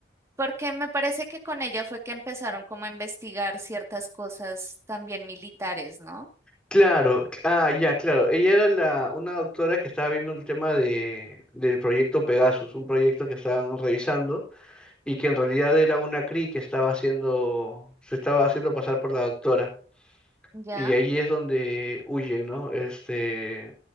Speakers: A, on the right (about 15°); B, in the centre.
A: porque me parece que con ella fue que empezaron como a investigar ciertas cosas también militares, ¿no?
B: Claro, cl- ah, ya, claro. Ella era la, una doctora que estaba viendo el tema de, del proyecto Pegasus, un proyecto que estaban revisando y que en realidad era una Cree que estaba haciendo, se estaba haciendo pasar por la doctora.
A: Ya.
B: Y ahí es donde huyen, ¿no? Este,